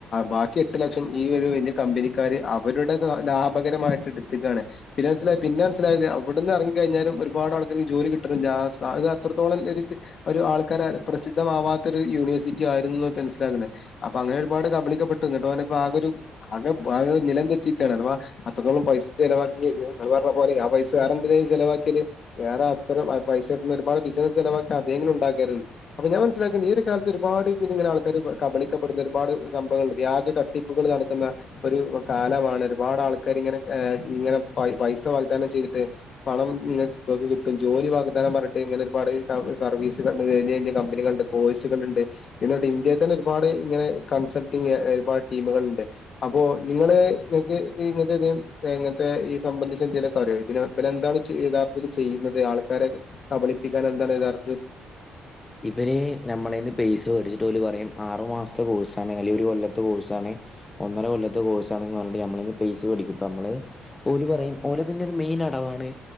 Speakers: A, on the left; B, on the left.
A: ബാക്കി എട്ട് ലക്ഷം ഈ ഒരു വലിയ കമ്പനിക്കാർ അവരുടെ ലാഭകരമായിട്ട് എടുത്തിക്കയാണ് പിന്നെ മനസില പിന്നെ മനസ്സിലായത് അവിടുന്ന് ഇറങ്ങി കഴിഞ്ഞാലും ഒരുപാട് ആൾക്കാർക്ക് ജോലി കിട്ടണില്ല അത് അത്രത്തോളം ഒരു ആൾക്കാർ പ്രസിദ്ധമാവാത്ത ഒരു യൂണിവേഴ്സിറ്റി ആയിരുന്നെന്ന് മനസ്സിലാക്കുന്നേ അപ്പൊ അങ്ങനെ ഒരുപാട് കബളിക്കപ്പെട്ടു എന്നിട്ട് ഓന് ഇപ്പോ ആകെ ഒരു ആകെ ആകെ നിലം തെറ്റി നിൽക്കയാണ് അഥവാ അത്രോളം പൈസ ചിലവാക്കിയെന്ന് പറഞ്ഞ പോലെ ആ പൈസ വേറെ എന്തിനേലും ചിലവാക്കിയാല് വേറെ അത്രം പൈസ കിട്ടുന്ന ഒരുപാട് ബിസിനസ് ചിലവാക്കാം അതെങ്കിലും ഉണ്ടാക്കാരുന്നു അപ്പൊ ഞാൻ മനസ്സിലാക്കുന്നത് ഈ ഒരു കാലത്ത് ഒരു ഒരുപാട് ഇതിൽ ഇങ്ങനെ ആൾക്കാർ കബളിക്കപ്പെടുന്ന ഒരുപാട് സംഭങ്ങൾ വ്യാജ തട്ടിപ്പുകൾ നടക്കുന്ന ഒരു കാലമാണ് ഒരുപാട് ആൾക്കാർ ഇങ്ങനെ ഇങ്ങനെ പൈസ വാഗ്ദാനം ചെയ്തിട്ട് പണം ഇങ്ങനെ നിങ്ങൾക്ക് കിട്ടും ജോലി വാഗ്ദാനം പറഞ്ഞിട്ട് ഇങ്ങനെ ഒരുപാട് സർവീസ് കഴി കഴിഞ്ഞ കമ്പനികളുണ്ട് കോഴ്സുകളുണ്ട് ഇന്ത്യയിൽ തന്നെ ഒരുപാട് ഇങ്ങനെ കൺസൾട്ടിങ് ഒരുപാട് ടീമുകളുണ്ട് അപ്പോ നിങ്ങള് നിങ്ങൾക്ക് ഇങ്ങനത്തെ ഇ ഇങ്ങനത്തെ ഈ സംബന്ധിച്ച് എന്തേലുമൊക്കെ അറിയാമോ ഇതിന് ഇതിനെന്താണ് യഥാർത്ഥത്തില് ചെയ്യുന്നത് ആൾക്കാരെ കബളിപ്പിക്കാൻ എന്താണ് യഥാർ
B: ഇവര് നമ്മടേന്ന് പൈ സാ മേടിച്ചിട്ട് ഓല് പറയും ആറു മാസത്തെ കോഴ്സാണ് അല്ലെങ്കിൽ ഒരു കൊല്ലത്തെ കോഴ്സാണ് ഒന്നര കൊല്ലത്തെ കോഴ്സാണെന്ന് പറഞ്ഞിട്ട് നമ്മടെ കൈയിൽ നിന്ന് പൈസ മേടിക്കും നമ്മള് ഓല് പറയും ഓല് പിന്നെ ഒരു മെയിൻ അടവാണ്